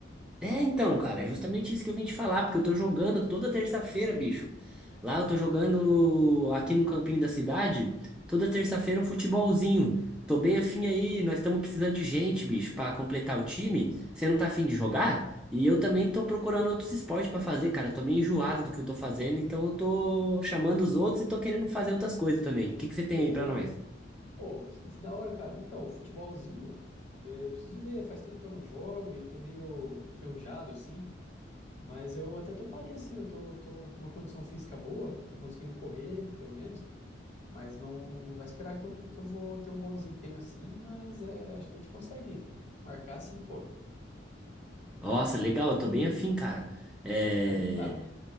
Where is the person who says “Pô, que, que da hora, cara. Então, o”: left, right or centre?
Left